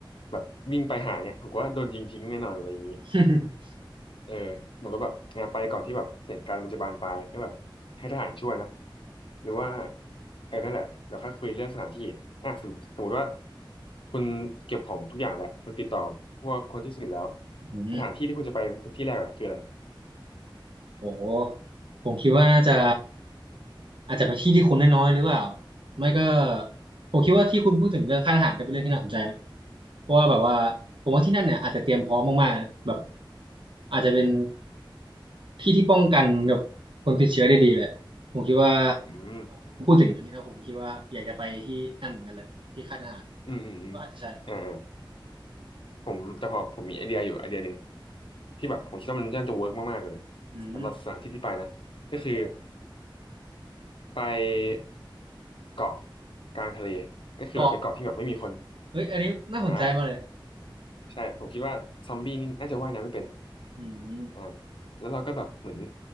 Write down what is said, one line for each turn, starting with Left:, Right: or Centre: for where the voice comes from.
Left: แบบวิ่งไปหาเนี่ยผมว่าโดนยิงทิ้งแน่นอนอะไรอย่างนี้
Right: <laughs>
Left: เออเหมือนก็แบบเออไปก่อนที่แบบเหตุการณ์มันจะบานปลายก็แบบให้ทหารช่วยเนอะหรือว่าเออนั่นแหละเราค่อยคุยเรื่องสถานที่อ่ะสมสมมติว่าคุณเก็บของทุกอย่างแล้วคุณติดต่อพวกคนที่สนิทแล้ว
Right: อืม
Left: สถานที่ที่คุณจะไปที่แรกอะคืออะไร
Right: โอ้โหผมคิดว่าน่าจะอาจจะไปที่ที่คนน้อยๆหรือเปล่าไม่ก็ผมคิดว่าที่คุณพูดถึงเรื่องค่ายทหารก็เป็นเรื่องที่น่าสนใจนะเพราะว่าแบบว่าผมว่าที่นั่นเนี่ยอาจจะเตรียมพร้อมมากๆนะแบบอาจจะเป็นที่ที่ป้องกันแบบคนติดเชื้อได้ดีเลยผมคิดว่า
Left: อืม
Right: ถึงอันนี้แล้วผมคิดว่าอยากจะไปที่นั่นเหมือนกันเลยที่ค่ายทหาร
Left: อืมอืมอืม
Right: ก็อาจจะใช่
Left: อ่าอ่าผมแต่พอผมมีไอเดียอยู่ไอเดียหนึ่งที่แบบผมคิดว่ามันน่าจะเวิร์กมากๆเลย
Right: อืม
Left: สำหรับสถานที่ที่ไปนะก็คือ
Right: ครับผม
Left: ไปเกาะกลางทะเลก็คือแบบเป็นเกาะที่แบบไม่มีคน
Right: เกาะเฮ้ยอันนี้น่าสนใจมากเลย
Left: อ่า ใช่ผมคิดว่าซอมบี้นี่น่าจะว่ายน้ำไม่เป็น
Right: อืม
Left: อ่าแล้วเราก็แบบเหมือน